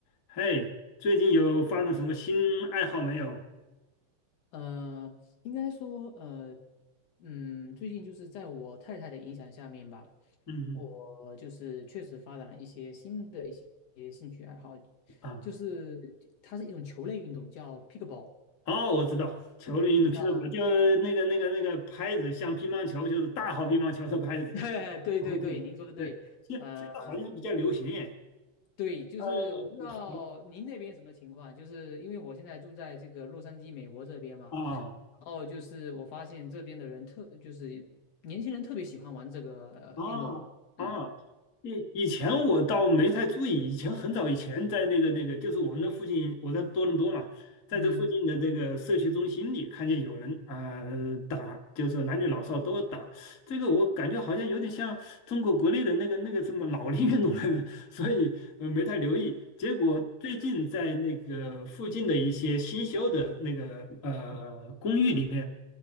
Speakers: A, on the left; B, on the left.
A: 嘿，最近有发展什么新爱好没有？
B: 呃，应该说，呃，嗯，最近就是在我太太的影响下面吧，
A: 嗯
B: 我就是确实发展了一些新的一些兴趣爱好，
A: 啊，
B: 就是它是一种球类运动，叫 pickleball，
A: 哦，我知道，球类运动匹克堡就那个那个那个拍子，
B: 你知道吗？
A: 像乒乓球就是大号乒乓球的拍子。
B: <laughs> 对对对，
A: 哦，
B: 您说的对，
A: 对，现现在好像比较流行耶。
B: 呃，对，就是我不知道您那边什么情况，
A: 呃，好，
B: 就是因为我现在住在这个洛杉矶，美国这边嘛，
A: 啊
B: 哦，就是我发现这边的人特，就是年轻人特别喜欢玩这个呃运动，
A: 啊啊，
B: 嗯。
A: 以以前我倒没太注意，以前很早以前在那个那个，就是我们的附近，我在多伦多嘛，在这附近的那个社区中心里看见有人啊、
B: 嗯
A: 打，就是说男女老少都打，这个我感觉好像有点像中国国内的那个那个什么老龄运动的，<laughs> 所以呃没太留意。结果最近在那个附近的一些新修的那个呃公寓里面。